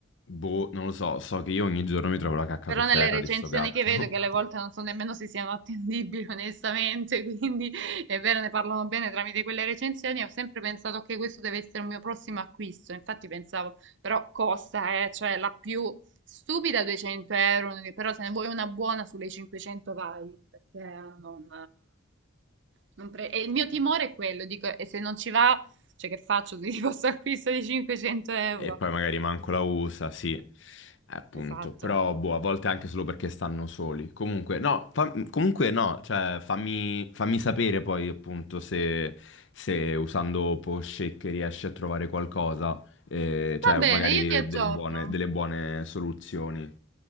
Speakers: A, on the left; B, on the right.
A: Boh, non lo so, so che io ogni giorno mi trovo la cacca
B: Però
A: per
B: nelle
A: terra
B: recensioni
A: di sto gatto
B: che vedo, che alle volte
A: <laughs>
B: non so nemmeno se siano attendibili onestamente, <laughs> quindi è vero, ne parlano bene tramite quelle recensioni, ho sempre pensato che questo deve essere un mio prossimo acquisto, infatti pensavo, però costa, eh, cioè la più stupida 200 euro, però se ne vuoi una buona sulle 500 vai, perché non... non pre- E il mio timore è quello, dico, e se non ci va, cioè che faccio di questo acquisto di 500 euro?
A: e poi magari manco la usa, sì, eh, appunto,
B: Esatto.
A: però boh, a volte anche solo perché stanno soli. Comunque, no, fa- comunque no, cioè fammi, fammi sapere poi appunto se, se usando Poshake riesci a trovare qualcosa, eh,
B: Va
A: cioè
B: bene,
A: magari
B: io ti aggiorno.
A: delle buone, delle buone soluzioni.